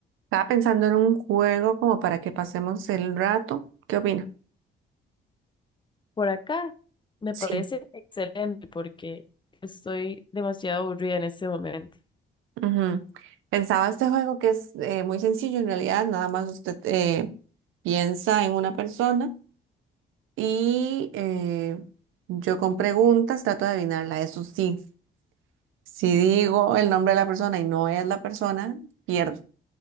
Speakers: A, on the right; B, on the left.
A: Estaba pensando en un juego como para que pasemos el rato. ¿Qué opina?
B: por acá. Me
A: Sí.
B: parece excelente porque estoy demasiado aburrida en este momento.
A: Ujú. Pensaba este juego que es eh, muy sencillo en realidad, nada más usted eh, piensa en una persona y eh, yo con preguntas trato de adivinarla. Eso sí, si digo el nombre de la persona y no es la persona, pierdo.